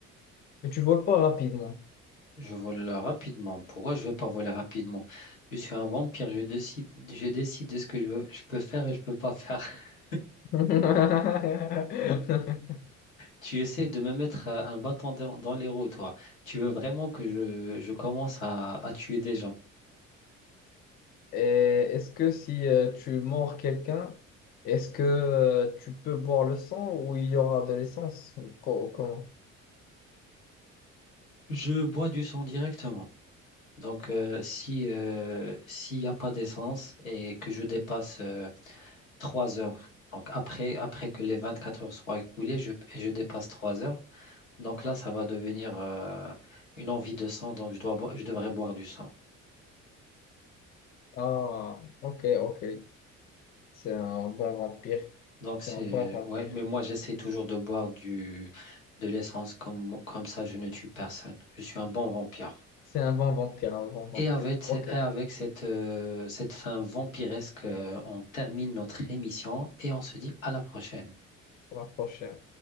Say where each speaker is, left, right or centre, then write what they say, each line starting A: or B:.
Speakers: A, on the left; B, on the left.
A: mais tu voles pas rapidement.
B: Je vole rapidement. Pourquoi je vais pas voler rapidement? Je suis un vampire. Je décide, je décide de ce que je veux, je peux faire et je peux pas faire. <laughs>
A: <laughs>
B: Tu essaies de me mettre euh, un bâton dans, dans les roues, toi. Tu veux vraiment que je, je commence à, à tuer des gens.
A: Et est-ce que si euh, tu mords quelqu'un, est-ce que euh, tu peux boire le sang ou il y aura de l'essence? Co- Comment?
B: Je bois du sang directement. Donc, euh, si, euh, s'il n'y a pas d'essence et que je dépasse euh, 3 heures, donc après, après que les 24 heures soient écoulées, je, et je dépasse 3 heures, donc là, ça va devenir euh, une envie de sang, donc je dois, bo- je devrais boire du sang.
A: Ah, ok, ok. C'est un bon vampire.
B: Donc,
A: C'est
B: c'est,
A: un bon vampire.
B: ouais, mais moi, j'essaie toujours de boire du, de l'essence, comme, comme ça, je ne tue personne. Je suis un bon vampire.
A: C'est un bon vampire, un bon vampire.
B: Et avec, ce-
A: Ok,
B: et avec cette, euh, cette fin vampiresque, euh, on termine notre émission et on se dit à la prochaine.
A: pour la prochaine.